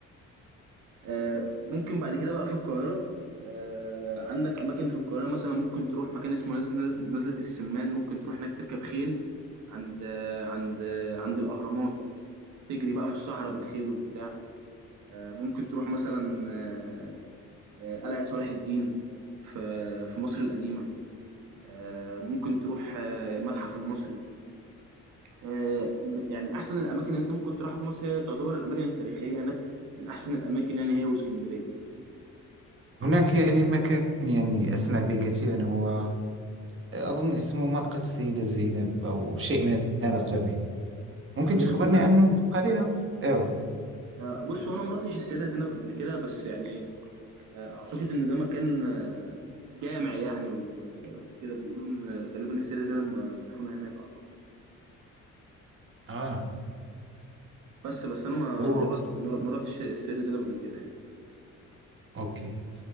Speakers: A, on the right (about 80°); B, on the right (about 45°).
A: آه، ممكن بعد كده بقى في القاهرة آه، عندك أماكن في القاهرة مثلا ممكن تروح مكان اسمه نز- نز- نزلة السمان ممكن تروح هناك تركب خيل عند آه، عند آه، عند الأهرامات تجري بقى في الصحراء بالخيل وبتاع آه، ممكن تروح مثلا آه، آه، قلعة صلاح الدين في في مصر القديمة آه، ممكن تروح آه، المتحف المصري آه، م- يعني أحسن الأماكن اللي أنت ممكن تروحها في مصر هي تعتبر الأماكن التاريخية هناك من أحسن الأماكن يعني هي واسكندرية
B: هناك يعني مكان يعني أسمع به كثيرا هو أظن اسمه مرقد السيدة زينب أو شيء من هذا القبيل ممكن
A: السيدة
B: تخبرني
A: زينب
B: عنه قليلا ايوه
A: آه، بص هو أنا ما رحتش السيدة زينب قبل كده بس يعني آه، أعتقد إن ده مكان آه، جامع يعني و- وكده بيقولوا إن غالبا السيدة زينب م- مدفونة هناك أعتقد
B: اه
A: بس بس أنا ما
B: أوه.
A: ما رحت ما رحتش السيدة زينب قبل كده يعني
B: اوكي